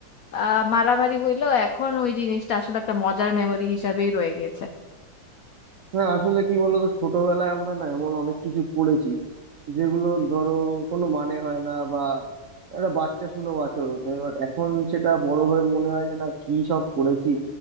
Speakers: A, on the left; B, on the right.
A: আহ, মারামারি হইলো এখন ওই জিনিসটা আসলে একটা মজার মেমরি হিসাবেই রয়ে গেছে
B: না আসলে কি বলতো ছোটবেলায় আমরা না এমন অনেক কিছু পড়েছি যেগুলো ধরো কোনো মানে হয় না বা একটা বাচ্চা সুলভ আচরণ এবার এখন সেটা বড় হয়ে মনে হয় যে না কি সব পড়েছি